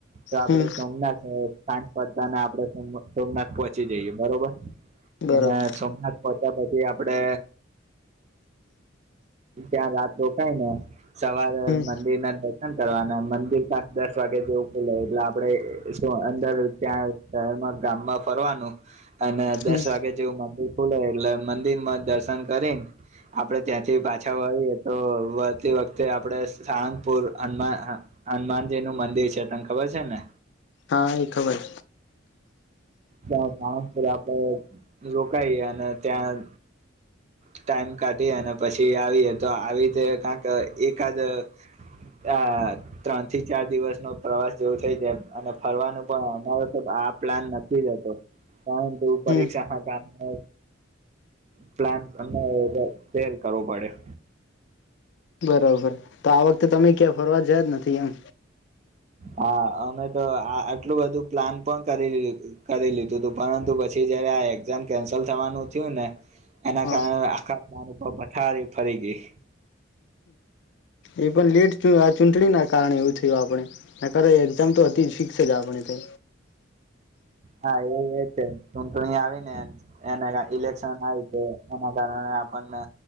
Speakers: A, on the right (about 35°); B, on the left (about 60°).
A: તો આપડે
B: હમ
A: સોમનાથ શહેર સાંજ પડતા ને આપડણે સમ સોમનાથ પહોંચી જઈએ બરોબર.
B: બરાબર
A: અને સોમનાથ પ ત પછી આપડે ત્યાં રાત રોકાઈ ને સવારે
B: હમ
A: મંદિરના દશ દર્શન કરવાના મંદિર પાસુ દસ વાગે જેવું ખુલે એટલે આપડે શું અંદર ત્યાં શહેરમાં ગામમાં ફરવાનું. અને દસ
B: હમ
A: વાગે જેવું મંદિર ખુલે એટલે મંદિરમાં દર્શન કરીને આપડે ત્યાંથી પાછા વળીએ. તો વતી વખતે આપડે સાળગપુર હનુમા હનુમાનજીનું મંદિર છે તને ખબર છે ને?
B: હા એ ખબર.
A: તા સાળગપુર આપડે રોકાઈ અને ત્યાં ટાઈમ કાઢી અને પછી આવીએ તો આવી રીતે કંક એકાદ આ ત્રણ થી ચાર દિવસનો પ્રવાસ જેવો થઈ જાય એમ અને ફરવાનું પણ અમારો તો આ પ્લાન નક કી જ હતો. પરંતુ પરીક્ષાના
B: હમ
A: કારણે પ્લાન અને ફેલ કરવો પડયો.
B: બરાબર તો આ વખતે તમે ક્યા ફરવા જયા જ નથી, એમ?
A: હા, અમે તો આ આટલું બધું પ્લાન પણ કરી કરી લીધું તું, પરંતુ પછી જયારે આ એક્ઝામ કેન્સલ થવાનું થયું ને એના
B: હા
A: કારણે આખા પ્લાન પર પઠારી ફરી ગઈ.
B: એ પણ લેટ થયુ. આ ચૂંટણીના કારણે એવું થયું, આપણે તારે એક્ઝામ તો હતી જ. છે જ આપણે તો.
A: હા, એ જ છે. ચૂટણી આવીને એને ઇલેક્શન આવી છે, એના કારણે આપણને